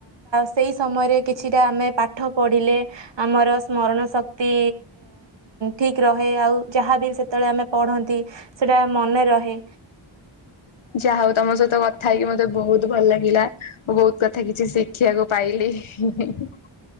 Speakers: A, on the right; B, on the left.
A: ସେଇ ସମୟରେ କିଛିଟା ଆମେ ପାଠ ପଢିଲେ ଆମର ସ୍ମରଣ ଶକ୍ତି ଠିକ ରହେ ଆଉ ଯାହାବି ସେତେବେଳେ ଆମେ ପଢନ୍ତି ସେଟା ମନେ ରହେ।
B: ଯାହା ହଉ ତମ ସହିତ କଥା ହେଇକି ମତେ ବହୁତ ଭଲ ଲାଗିଲା ମୁଁ ବହୁତ କଥା କିଛି ଶିଖିବାକୁ ପାଇଲି।